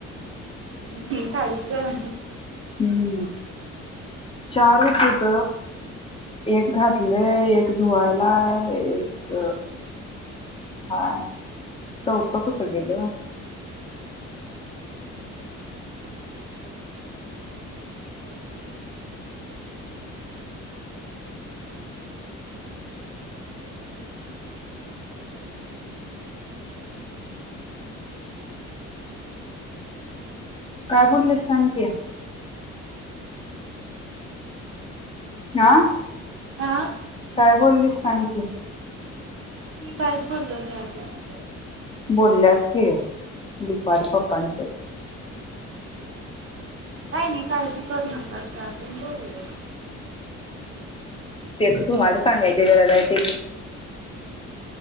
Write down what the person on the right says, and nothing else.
ते काळीचं
आं
मी काहीच बोललो नाही अजून
काही नाही काळजी करू नको आपण बोल्लो.